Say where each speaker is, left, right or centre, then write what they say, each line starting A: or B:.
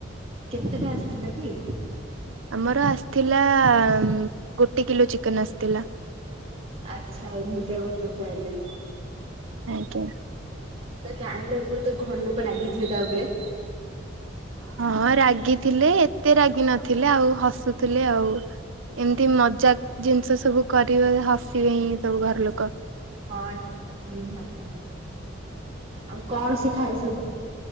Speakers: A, on the right (about 30°); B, on the right (about 75°).
A: କେତେଟା ଆସିଥିଲା କି?
B: ଆମର ଆସିଥିଲା ଉଁ, ଗୋଟେ କିଲୋ ଚିକେନ୍ ଆସିଥିଲା।
A: ଆଚ୍ଛା ଏମିତିଆ କଥା ତାହାଲେ।
B: ଆଜ୍ଞା
A: ତ ଜାଣିଲା ପରେ ତ ଘର ଲୋକ ରାଗିଥିବେ ତା ଉପରେ।
B: ହଁ ରାଗି ଥିଲେ ଏତେ ରାଗି ନଥିଲେ ଆଉ ହସୁଥିଲେ ଆଉ। ଏମିତି ମଜାକ୍ ଜିନିଷ ସବୁ କରିବେ ହସିବେ ହିଁ ସବୁ ଘର ଲୋକ।
A: ହଁ ନିହାତି, ନିହାତି, ଆଉ କଣ ସିଏ ଖାଏ ସବୁ?